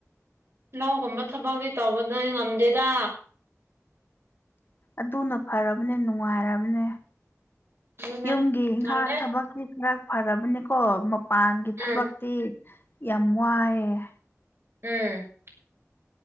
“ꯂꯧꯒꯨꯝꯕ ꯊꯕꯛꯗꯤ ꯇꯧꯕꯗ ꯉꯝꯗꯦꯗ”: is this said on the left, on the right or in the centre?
Right